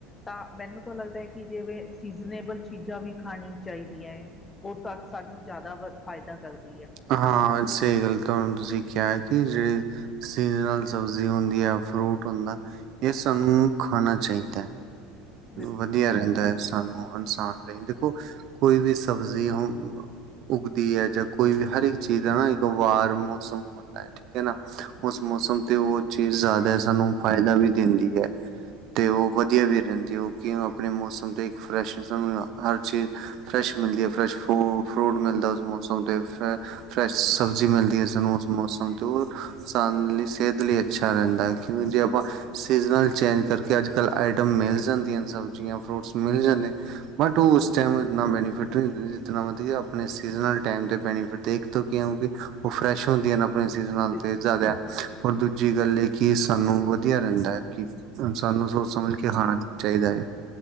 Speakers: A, on the left; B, on the right.
A: ਤਾਂ ਮੈਨੂੰ ਤਾਂ ਲੱਗਦਾ ਐ ਕਿ ਜਿਵੇਂ ਸੀਜ਼ਨੇਬਲ ਚੀਜ਼ਾਂ ਵੀ ਖਾਣੀ ਚਾਈਦੀਆਂ ਐ। ਓ ਤਾਂ ਸਾਨੂੰ ਜੈਦਾ ਵ ਫਾਇਦਾ ਕਰਦੀ ਐ।
B: ਹਾਂ, ਸਈ ਗੱਲ ਤੁਆਨੂੰ ਤੁਸੀਂ ਕਿਆ ਕਿ ਜੇੜੀ ਸੀਜ਼ਨਲ ਸਬਜ਼ੀ ਹੁੰਦੀ ਐ, ਫਰੂਟ ਹੁੰਦਾ ਏ ਸਾਨੂੰ ਖਾਣਾ ਚਾਈਦਾ ਐ
A: ਬਿਲਕੁਲ
B: ਵਦੀਆ ਰੈਂਦਾ। ਸਾਨੂੰ ਇਨਸਾਨ ਲਈ ਦੇਖੋ ਕੋਈ ਵੀ ਸਬਜ਼ੀ ਹੁਣ ਉਗਦੀ ਐ ਜਾਂ ਕੋਈ ਵੀ ਹਰ ਇੱਕ ਚੀਜ਼ ਦਾ ਨਾ ਇੱਕ ਵਾਰ ਮੌਸਮ ਹੋ ਹੁੰਦਾ ਠੀਕ ਐ ਨਾ ਉਸ ਮੌਸਮ ਤੇ ਓ ਚੀਜ਼ ਜੈਦਾ ਸਾਨੂੰ ਫਾਇਦਾ ਵੀ ਦਿੰਦੀ ਐ। ਤੇ ਓ ਵਦੀਆ ਵੀ ਰੈਂਦੀ ਓ ਕਿਂ ਆਪਣੇ ਮੌਸਮ ਦੇ ਇੱਕ ਫਰੈਸ਼ਿਜਮ ਨਾਲ ਹਰ ਚੀਜ਼ ਫਰੈਸ਼ ਮਿਲਦੀ ਐ, ਫਰੈਸ਼ ਫੂ ਫਰੂਟ ਮਿਲਦਾ ਉਸ ਮੌਸਮ ਤੇ ਫ ਫਰੈਸ਼ ਸਬਜ਼ੀ ਮਿਲਦੀ ਐ ਸਾਨੂੰ ਉਸ ਮੌਸਮ ਤੇ ਸਾਨ ਲੀ ਸਿਹਤ ਲਈ ਅੱਛਾ ਰੈਂਦਾ ਕਿਉਂ ਜੇ ਆਪਾਂ ਸਿਜ਼ਨਲ ਚੇਂਜ ਕਰਕੇ ਅੱਜ-ਕੱਲ ਆਈਟਮ ਮਿਲ ਜਾਂਦੀਆਂਨ ਸਬਜ਼ੀਆਂ ਫਰੂਟਸ ਮਿਲ ਜਾਂਦੇ ਬਟ ਓ ਓਸ ਟੈਮ ਇੰਨਾ ਬੈਨਫਿਟ ਨੀ ਹੁੰਦਾ ਇਨਾ ਜਿਤਨਾ ਵਦੀਆ ਆਪਣੇ ਸੀਜ਼ਨਲ ਟੈਮ ਤੇ ਬੈਨਿਫਿਟ ਦੇਖ <unintelligible> ਓਵੀ, ਓ ਫਰੈਸ਼ ਹੁੰਦੀ ਐਨ ਆਪਣੇ ਸਿਜ਼ਨਲ
A: ਬਿਲਕੁਲ
B: ਤੇ ਜੈਦਾ। ਓਰ ਦੂਜੀ ਗੱਲ ਐ ਕਿ ਸਾਨੂੰ ਵਧੀਊਆ ਰੈਂਦਾ ਐ ਕਿ ਸਨ ਸਾਨ ਨੂੰ ਸੋਚ ਸਮਝ ਕੇ ਖਾਣਾ ਚਾਈਦੈ ਏ।